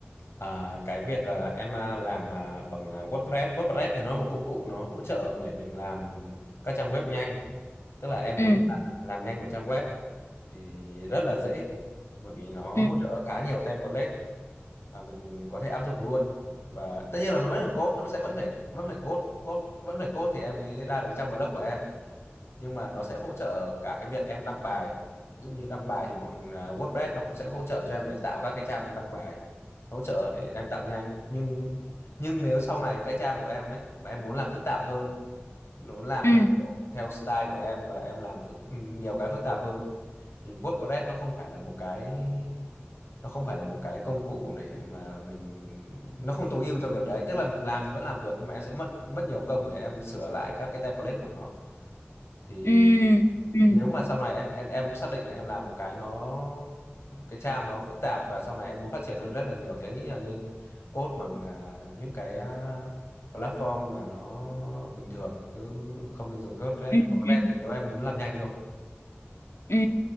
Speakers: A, on the left; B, on the left.
A: à, cái việc à, em à, làm à, bằng à, WordPress WordPress thì nó là một công cụ nó hỗ trợ để mình làm các trang web nhanh tức là em
B: ừ
A: muốn làm, làm nhanh một trang web thì rất là dễ bởi vì nó
B: ừ
A: hỗ trợ khá nhiều template và mình có thể áp dụng luôn và tất nhiên là vẫn phải code nó sẽ vẫn phải vẫn phải code code vẫn phải code thì em mới ra được trang blog của em nhưng mà nó sẽ hỗ trợ cả cái việc em đăng bài ví dụ như đăng bài thì bọn à, WordPress nó cũng sẽ hỗ trợ cho em để tạo các cái trang đăng bài hỗ trợ để em tạo nhanh nhưng nhưng nếu sau này cái trang của em ấy mà em muốn làm phức tạp hơn muốn làm
B: ừ
A: theo kiểu theo style của em và em làm phức, nhiều cái phức tạp hơn thì WordPress nó không phải là một cái nó không phải là một cái công cụ để mà mình nó không tối ưu cho việc đấy tức là làm thì vẫn làm được nhưng mà em sẽ mất mất nhiều công để em sửa lại các cái template của nó thì
B: ừ ừ
A: nếu mà sau này ấy, em em xác định là em làm một cái nó cái trang nó phức tạp và sau này em muốn phát triển hơn rất là nhiều thì anh nghĩ là nên code bằng à, những cái à, platform mà nó bình thường chứ không nên dùng Code-Red
B: ừ
A: Code-Red
B: ừ
A: thì nếu em muốn làm nhanh thôi
B: ừ.